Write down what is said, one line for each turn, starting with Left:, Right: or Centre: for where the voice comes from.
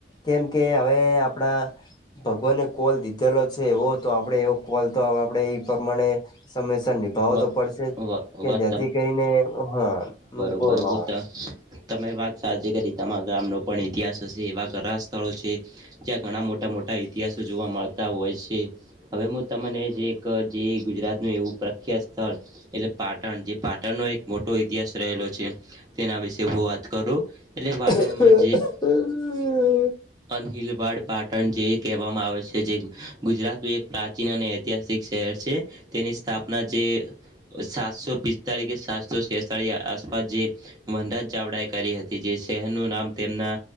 Left: કેમ કે હવે આપણા ભગવાને કોલ દીધેલો છે એવો તો આપડે એવો કોલ તો આપડે એ પ્રમાણે સમયસર નિભાવો
Right: વા
Left: તો પડશે
Right: વા
Left: કે
Right: વાત
Left: જેથી કરીને હા. બોલો
Right: બહુતા તમે વાત આજે કરી તમારા ગામનો પણ ઇતિહાસ હશે એવા ઘરા સ્થળો છે. ત્યાં ઘણા મોટા મોટા ઇતિહાસો જોવા મળતા હોય છે હવે હું તમને જે એક જે ગુજરાતનું એવું. મુખ સ્થળ એટલે પાટણ જે પાટણનો એક મોટો ઇતિહાસ રહેલો છે. તેના વિશેે હું વાત કરું એટલે
Left: હ
Right: પાટણમાં
Left: હ <unintelligible>
Right: અહિલવાડ પાટણ જે કહેવામાં આવે છે જે ગુજરાત એક પ્રા ચીન અને ઐતિહાસિક શહેર છે, તેની સ્થાપના જે સાતસો પિસ્તાખે સાતશો શષ તખ આસપાસ જે વનરાજ ચાવડા એ કરી હતી જે શહેરનું નામ તેમના